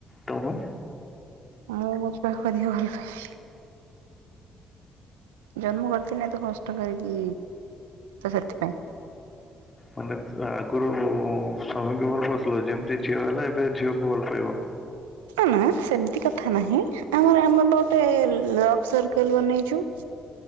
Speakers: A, on the left; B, on the right.
A: ତମେ?
B: ମୁଁ ମୋ ଛୁଆକୁ ଅଧିକା ଭଲ ପାଏ। ଜନ୍ମ କରିଥିଲେ ଏ ତେ କଷ୍ଟ କରିକି ତ ସେଥିପାଇଁ।
A: ମାନେ ଆଗରୁ ସ୍ୱାମୀକୁ ଭଲ ପାଉଥିଲେ ଯେମିତି ଝିଅ ହେଲା ଏବେ ଝିଅକୁ ଭଲ ପାଇବ।
B: ନା ସେମିତି କଥା ନାହିଁ। ଆମର ଆମେ ଗୋଟେ ଲଭ ସର୍କଲ ବନେଇଚୁ।